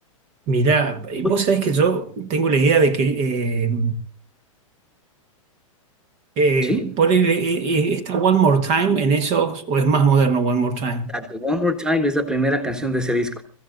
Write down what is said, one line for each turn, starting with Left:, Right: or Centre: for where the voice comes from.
Right: Mirá, eh,
Centre: Uy,
Right: vos sabés que yo tengo la idea de que eh, eh,
Centre: ¿sí?
Right: poner eh, eh, esta One More Time en esos, o es más moderno One More Time.
Centre: Exacto. One More Time es la primera canción de ese disco.